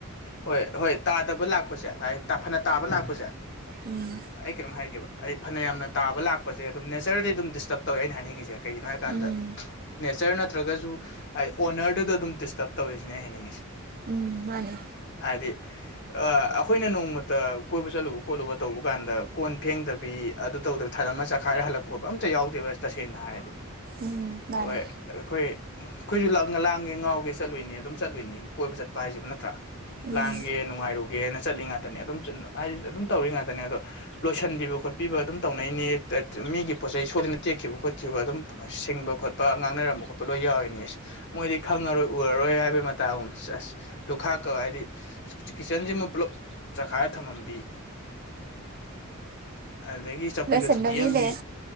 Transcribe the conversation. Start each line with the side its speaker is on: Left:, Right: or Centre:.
Left: ꯍꯣꯏ ꯍꯣꯏ ꯇꯥꯗꯕ ꯂꯥꯛꯄꯁꯦ ꯍꯥꯏ ꯐꯅ ꯇꯥꯕ ꯂꯥꯛꯄꯁꯦ
Right: ꯎꯝ
Left: ꯑꯩ ꯀꯩꯅꯣꯝ ꯍꯥꯏꯈꯤꯕ ꯑꯩ ꯐꯅꯌꯥꯝꯅ ꯇꯥꯕ ꯂꯥꯛꯄꯁꯦ ꯑꯗꯨꯝ ꯅꯦꯆꯔꯗꯤ ꯑꯗꯨꯝ ꯗꯤꯁꯇꯔꯕ ꯇꯧꯋꯦꯩꯅ ꯍꯥꯏꯅꯤꯡꯉꯤꯁꯦ ꯀꯩꯒꯤꯅꯣ ꯍꯥꯏꯀꯥꯟꯗ
Right: ꯎꯝ
Left: ꯅꯦꯆꯔ ꯅꯠꯇ꯭ꯔꯒꯁꯨ ꯍꯥꯏ ꯑꯣꯅꯔꯗꯨꯗꯣ ꯑꯗꯨꯝ ꯗꯤꯁꯇꯔꯕ ꯇꯧꯔꯤꯁꯤꯅꯦ ꯑꯩ ꯍꯥꯏꯅꯤꯡꯉꯁꯤ
Right: ꯎꯝ ꯃꯥꯅꯦ
Left: ꯍꯥꯏꯗꯤ ꯑꯩꯈꯣꯏꯅ ꯅꯣꯡꯃꯇ ꯀꯣꯏꯕ ꯆꯠꯂꯨꯕ ꯈꯣꯠꯂꯨꯕ ꯇꯧꯕ ꯀꯥꯟꯗ ꯀꯣꯟ ꯐꯦꯡꯗꯕ ꯕꯤ ꯑꯗꯨ ꯇꯧꯗꯕ ꯊꯠ ꯑꯃ ꯆꯈꯥꯏꯔꯒ ꯍꯂꯄ ꯈꯠ ꯑ ꯑꯃꯇ ꯌꯥꯎꯗꯦꯕ ꯑꯁ ꯇꯁꯦꯡꯅ ꯍꯥꯏꯔꯗꯤ
Right: ꯎꯝ ꯃꯥꯅꯦ
Left: ꯍꯣꯏ ꯑꯩꯈꯣꯏ ꯑꯩꯈꯣꯏꯁꯨ ꯂ ꯂꯥꯡꯒꯦ ꯉꯥꯎꯒꯦ ꯆꯠꯂꯨꯏꯅꯤ ꯑꯗꯨꯝ ꯆꯠꯂꯨꯅꯤ ꯀꯣꯏꯕ ꯆꯠꯄ ꯍꯥꯏꯁꯤꯕ ꯅꯠꯇ꯭ꯔꯥ
Right: ꯎꯝ
Left: ꯂꯥꯡꯒꯦ ꯅꯨꯡꯉꯥꯏꯔꯨꯒꯦꯅ ꯆꯠꯂꯤ ꯉꯥꯛꯇꯅꯦ ꯑꯗꯨꯝ ꯍꯥꯏ ꯑꯗꯨꯝ ꯇꯧꯔꯤ ꯉꯥꯛꯇꯅꯦ ꯑꯗꯣ ꯂꯣꯏꯁꯟꯕꯤꯕ ꯈꯣꯠꯄꯤꯕ ꯑꯗꯨꯝ ꯇꯧꯅꯩꯅꯦ ꯃꯤꯒꯤ ꯄꯣꯠꯆꯩ ꯁꯣꯏꯗꯅ ꯇꯦꯛꯈꯤꯕ ꯈꯣꯠꯈꯤꯕ ꯑꯗꯨꯝ ꯁꯤꯡꯕ ꯈꯣꯠꯄ ꯉꯥꯡꯅꯔꯝꯕ ꯈꯣꯠꯄ ꯂꯣꯏ ꯌꯥꯎꯔꯤꯅꯦ ꯑꯁ ꯃꯣꯏꯗꯤ ꯈꯪꯉꯔꯣꯏ ꯎꯔꯔꯣꯏ ꯍꯥꯏꯕꯩ ꯃꯇꯥꯒꯨꯝ ꯑꯁ ꯑꯁ ꯂꯨꯈꯥꯛꯀ ꯍꯥꯏꯗꯤ ꯀꯤꯠꯆꯟꯁꯤꯃ ꯄꯨꯂꯞ ꯆꯈꯥꯏꯔ ꯊꯝꯃꯝꯕꯤ ꯑꯗꯨꯗꯒꯤ ꯆꯧꯀ꯭ꯔꯤꯒ
Right: ꯂꯣꯏꯁꯟꯅꯕꯤꯅꯦ
Left: ꯊꯨꯗꯤꯛ ꯑꯦꯝꯕꯤ